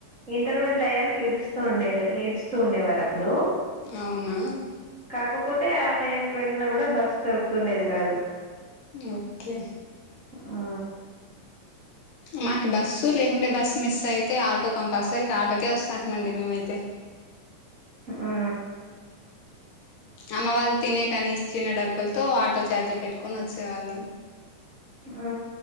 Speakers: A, on the right (about 30°); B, on the left (about 75°).
A: ఇంటర్వెల్ టయానికి ఇడుస్తూ ఉండేరు ఏడుస్తూ ఉండేవార ప్పుడు
B: అవునా
A: కాకపోతే ఆ టయానికి వెళ్ళినా గూడా బస్ దొరుకుతుండేది గాదు
B: ఓకే
A: ఆ
B: మాకి బస్సు లేకుంటే బస్సు మిస్ అయి తే ఆటో కంపల్సరీకి ఆటోకే వస్తాంటిమండి మేమైతే
A: ఆ
B: అమ్మ వాళ్ళు తినేకాని ఇచ్చిన డబ్బులతో ఆటో ఛార్జీ పెట్టుకొని వచ్చేవాళ్ళం
A: ఆ